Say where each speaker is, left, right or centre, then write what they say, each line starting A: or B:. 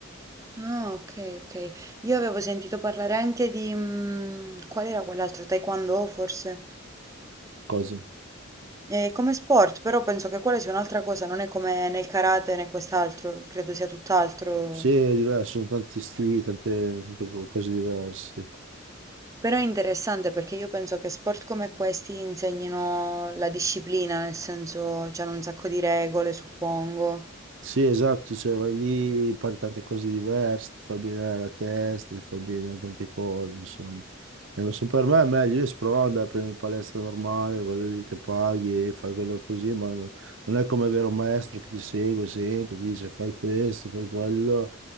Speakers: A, on the right; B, on the right.
A: Ah, ok, ok. Io avevo sentito parlare anche di... mm, qual era quell'altro? Taekwondo, forse?
B: Cosa?
A: Eh, come sport, però penso che quella sia un'altra cosa, non è come nel karate né quest'altro, credo sia tutt'altro.
B: Sì, è diverso, sono tanti stili, tante, tante co- cose diverse.
A: Però è interessante perché io penso che sport come questi insegnino la disciplina, nel senso c'hanno un sacco di regole, suppongo.
B: Sì, esatto, cioè vai lì, impari tante cose diverse, ti fa bene la testa, ti fa bene tante cose, insomma. E ma se per me è meglio, io se provavo ad andare prima in palestra normale, quello lì che paghi e fai quello così, ma no- non è come avere un maestro che ti segue sempre, ti dice fai questo, fai quello,